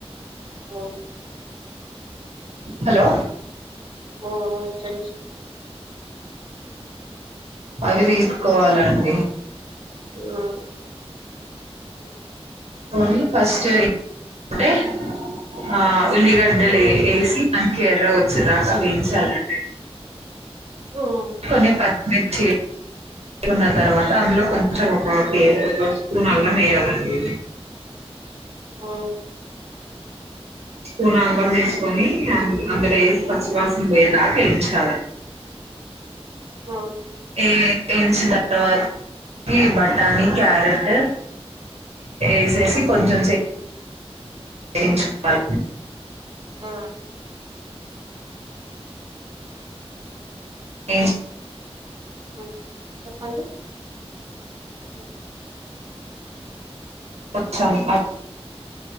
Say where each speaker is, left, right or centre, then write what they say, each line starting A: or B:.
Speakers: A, on the right; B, on the right.
A: ఒ
B: హలో
A: ఓ తెలుసు
B: ప అవి తీసుకోవాలండి.
A: ఉనా ఉ
B: పోని పచ్చడి అంటే ఆ ఉల్లిగడ్డలేసి
A: ఉమ్
B: అనకే ఎర్రగ వచ్చేదాంకా వేయించాలండి.
A: ఉమ్
B: కొన్ని పచ్చి మిర్చి ఏ కున్న తర్వాత అందులో కొంచెం ఒక పే ఒక స్పూన్ అల్లం వేయాలండి.
A: ఆ
B: స్పూన్ అల్లం తీసుకొని అందులో వేసి పచ్చివాసన పోయే దాకా వేంచాల
A: ఉమ్
B: ఏ వేయించిన తర్వాత బఠాని క్యారెట్ వేసేసి కొంచెం వేయించుకోవాలి
A: ఆ
B: ఏన్
A: ఆ చెప్పండి ఉ
B: <unintelligible>